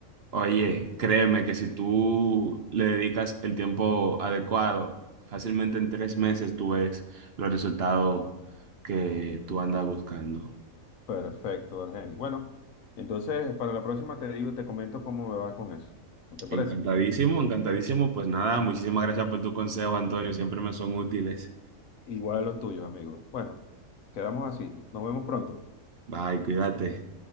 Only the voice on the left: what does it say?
Perfecto, Argenis. Bueno, entonces para la próxima te digo, te comento cómo me va con eso. ¿Te parece?
Igual los tuyos, amigo. Bueno, quedamos así. Nos vemos pronto.